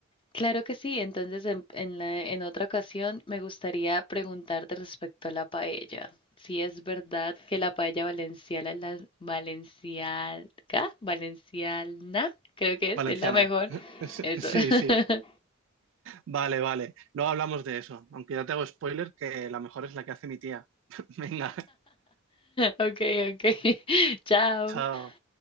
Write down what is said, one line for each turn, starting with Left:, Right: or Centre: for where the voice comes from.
Left: Claro que sí, entonces en, en la, en otra ocasión me gustaría preguntarte respecto a la paella. Si es verdad que la paella valenciana, es la valenciaga, valenciana, creo que es,
Right: Valenciana.
Left: es la mejor.
Right: <laughs>
Left: Eso.
Right: Sí,
Left: <laughs>
Right: sí. Vale, vale. Luego hablamos de eso. Aunque ya te hago spoiler que la mejor es la que hace mi tía. <laughs> Venga,
Left: Ok, ok. <laughs> Chao.
Right: chao.